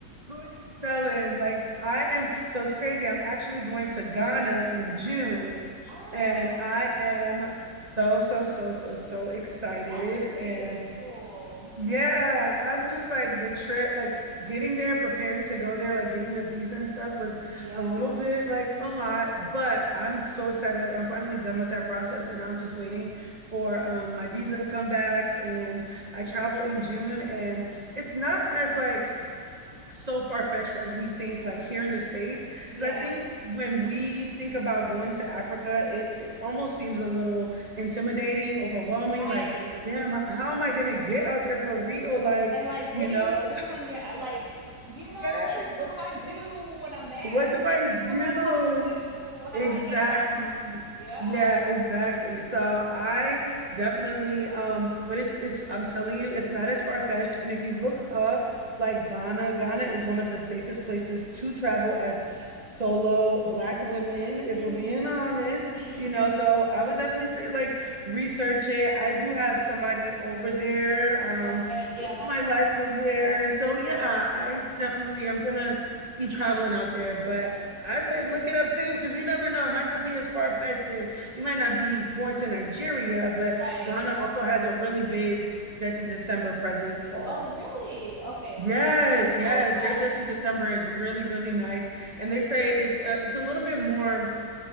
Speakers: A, on the right (about 30°); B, on the right (about 50°).
A: Who you telling? Like, I am, so it's crazy. I'm actually going to Ghana in June
B: Oh,
A: and I am so, so, so, so, so excited.
B: that's
A: And
B: really cool.
A: Yeah, I'm just like the trip, like getting there, preparing to go there, like getting the visa and stuff was
B: Yeah.
A: a little bit like a lot, but I'm so excited. Like I'm finally done with that process and now I'm just waiting for um my visa to come back and I travel in June and it's not as like so far-fetched as we think like here in the states because
B: Yeah.
A: i think when we think about going to africa it, it almost seems a little intimidating overwhelming
B: Right.
A: like damn how am i going to get out there for real like
B: And like, what
A: you know
B: do you do when you're uh, like, you know,
A: yes
B: like, what do I do when I'm there?
A: what do
B: Like,
A: i
B: who
A: do
B: do I talk to? How
A: Exactly.
B: do I get around? Yeah.
A: Yeah, exactly. So I definitely um but it's it's I'm telling you it's not as far-fetched and if you look up like Ghana, Ghana is one of the safest places to travel as solo black women if we're
B: Mm.
A: being honest,
B: hmm
A: you know. So I would definitely say like research it. I do have somebody over there. Um
B: Okay. Yeah.
A: love
B: That's
A: of my life
B: a,
A: lives there
B: yeah.
A: and so yeah, I definitely I'm gonna be traveling out there, but I say look it up too, because you never know. It might not be as far fetched, and you might not be going to Nigeria, but
B: Right.
A: Ghana also has a really big Dirty December presence. So
B: Oh, really? Okay.
A: yes,
B: See,
A: yes,
B: I know that.
A: their Dirty December is really really nice, and they say it's a, it's a little bit more